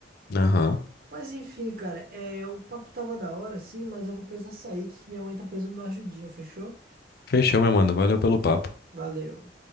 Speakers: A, on the left (about 60°); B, on the right (about 55°).
A: Aham.
B: Mas enfim, cara, é, o papo tava da hora, sim, mas eu vou precisar sair, que minha mãe tá precisando de uma ajudinha, fechou?
A: Fechou, meu mano. Valeu pelo papo.
B: Valeu.